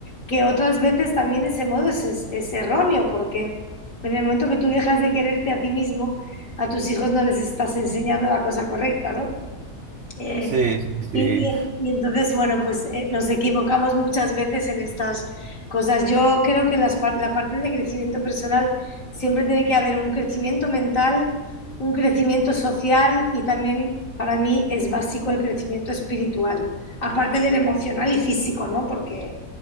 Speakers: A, on the left; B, on the right.
A: Que otras veces también ese modo es, es- es erróneo, porque en el momento que tú dejas de quererte a ti mismo, a tus hijos no les estás enseñando la cosa correcta, ¿no? Eh,
B: Sí, sí, sí.
A: y, y- y entonces, bueno, pues eh, nos equivocamos muchas veces en estas cosas. Yo creo que las par- la parte de crecimiento personal siempre tiene que haber un crecimiento mental, un crecimiento social y también para mí es básico el crecimiento espiritual, aparte del emocional y físico, ¿no? Porque